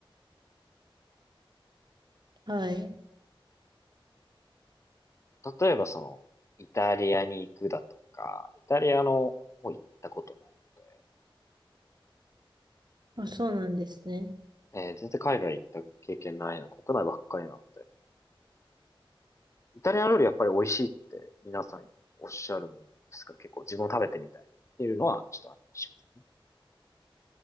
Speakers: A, on the right; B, on the left.
A: はい。
B: 外。例えばその、イタリアに行くだとか、イタリアの方行ったことないので、
A: まあ、そうなんですね。
B: えー全然海外行った経験ないな、国内ばっかりなので、イタリア料理やっぱり美味しいって皆さんおっしゃるもんですから、結構自分も食べてみたいっていうのはちょっとあったりします。